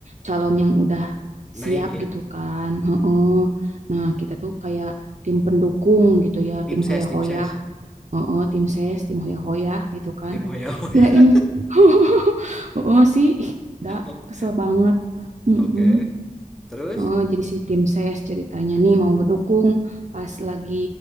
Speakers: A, on the right; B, in the centre.
A: calon yang udah
B: Naik
A: siap
B: ya?
A: gitu kan. Heeh.
B: Hmm.
A: Nah, kita tuh kayak tim pendukung gitu ya,
B: Tim
A: tim hoya-hoya,
B: ses, tim ses.
A: heeh, tim ses, tim hoya-hoya gitu kan.
B: Tim hoya hoya.
A: Kirain <laughs> heeh sih, ih, dah
B: <laughs>
A: kesel banget. Mm-mm.
B: Oke, terus?
A: Eh, jadi si tim ses ceritanya nih mau ngedukung pas lagi